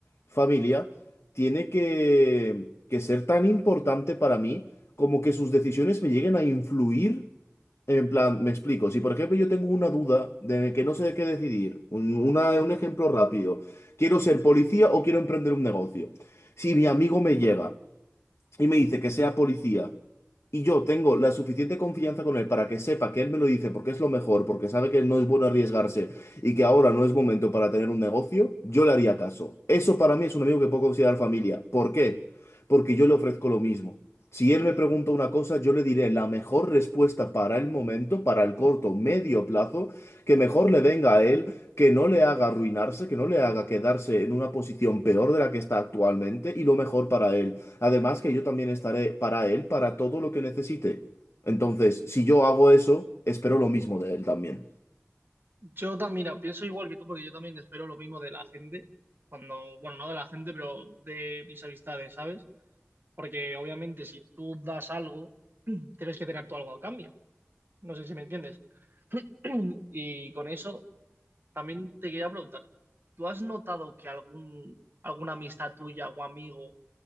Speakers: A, on the left; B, on the right.
A: familia, tiene que, que ser tan importante para mí como que sus decisiones me lleguen a influir en plan, me explico. Si por ejemplo yo tengo una duda de que no sé de qué decidir, un, una- un ejemplo rápido, quiero ser policía o quiero emprender un negocio. Si mi amigo me llega y me dice que sea policía y yo tengo la suficiente confianza con él para que sepa que él me lo dice porque es lo mejor, porque sabe que no es bueno arriesgarse y que ahora no es momento para tener un negocio, yo le haría caso. Eso para mí es un amigo que puedo considerar familia. ¿Por qué? Porque yo le ofrezco lo mismo. Si él me pregunta una cosa, yo le diré la mejor respuesta para el momento, para el corto, medio plazo, que mejor le venga a él, que no le haga arruinarse, que no le haga quedarse en una posición peor de la que está actualmente y lo mejor para él. Además que yo también estaré para él, para todo lo que necesite. Entonces, si yo hago eso, espero lo mismo de él también.
B: Yo también, mira, pienso igual que tú, porque yo también espero lo mismo de la gente. Cuando, bueno, no de la gente, pero de mis amistades, ¿sabes? Porque obviamente si tú das algo, <clears throat> tienes que tener tú algo a cambio. No sé si me entiendes. <clears throat> Y con eso también te quería preguntar, ¿tú has notado que algún, alguna amistad tuya o amigo